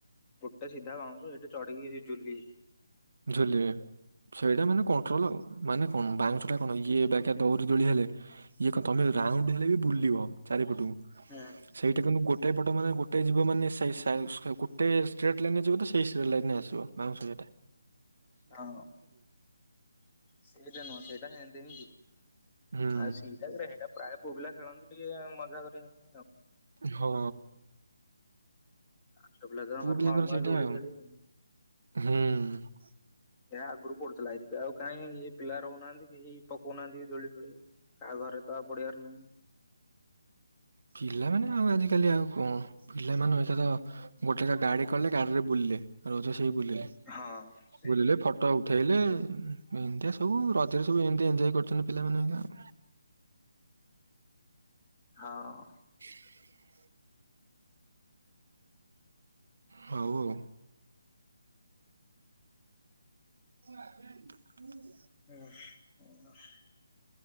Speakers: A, on the left; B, on the right.
A: ଗୋଟେ ସିଧା ଵାଉଁଶ ସେଇଠି ଚଢିକି ଝୁଲି
B: ଝୁଲେ ସେଇଟା ମାନେ କଣ୍ଟ୍ରୋଲ ଆଉ ମାନେ କଣ ବାଉଁଶ ଟା କଣ ଇଏ ବାଗେ ଦରି ଦୋଳି ହେଲେ ଇଏ କଣ ତମେ ରାଉଣ୍ଡ ହେଲେ ବି ବୁଲିବ ଚାରିପଟକୁ
A: ହଁ
B: ସେଇଟା କିନ୍ତୁ ଗୋଟେ ଗୋଟେ ପଟ ମାନେ ଗୋଟେ ଯିବ ମାନେ ସେଇ ଗୋଟେ ଷ୍ଟ୍ରେଟ୍ ଲାଇନ ରେ ଯିବ ତ ସେଇ ଲାଇନ ରେ ଆସିବ ବାଉଁଶ ସେଟା
A: ହଁ ସେଟା ନୁହଁ ସେଇଟା ସେମତି ହିଁ ଯିବ।
B: ହୁଁ
A: ଆଉ ସେଇଟା ପ୍ରାୟ ପୁଅପିଲା ଖେଳନ୍ତି ଟିକେ ମଜା କରିନ୍ତି।
B: ହଁ
A: ଝିଅ ପିଲା ତ ଆମର
B: ପୁଅ ପିଲାଙ୍କର
A: ନର୍ମାଲ
B: ସେଇଟା
A: ଦୋଳି ଖେଳି ଆଉ।
B: ହୁଁ।
A: ଏ ଆଗରୁ ପଡୁଥିଲା ଏବେ ଆଉ କାଇଁ ଏଇ ପିଲା ରହୁନାହାନ୍ତି। କେହି ପକଉନାହାନ୍ତି ଦୋଳି ଫୋଳି କାହା ଘରେ ତ ଆଉ ପଡିବାର ନାହିଁ।
B: ପିଲାମାନେ ଆଉ ଆଜିକାଲି ଆଉ କଣ ପିଲାମାନେ ଏଇଖା ତ ଗୋଟେ ଗାଡି କଲେ ଗାଡିରେ ବୁଲିଲେ ବୁଲିଲେ
A: ହଁ ସେ
B: ବୁଲିଲେ ଫଟୋ ଉଠେଇଲେ ଏନତିୟା ସବୁ ରଜରେ ସବୁ ଏମତି ଏଜ କରୁଛନ୍ତି ପିଲାମାନେ ଏନକା।
A: ହଁ।
B: <inaudible> ହଉ ଆଉ। <inaudible>
A: <inaudible>